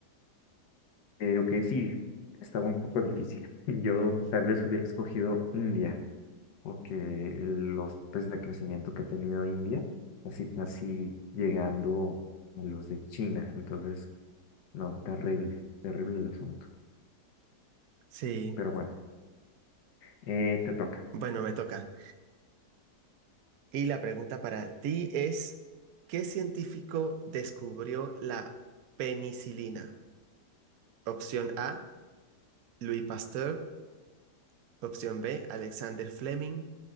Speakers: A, on the left; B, on the right.
A: Eh, ok, sí, estaba un poco difícil. <laughs> Yo tal vez hubiera escogido India. porque el- los pues, de crecimiento que ha tenido India, así casi llegando a los de China. Entonces, no, terrible, terrible el asunto.
B: Sí,
A: Pero bueno, eh, te toca.
B: bueno, me toca. Y la pregunta para ti es, ¿qué científico descubrió la penicilina? Opción A, Louis Pasteur. Opción B, Alexander Fleming.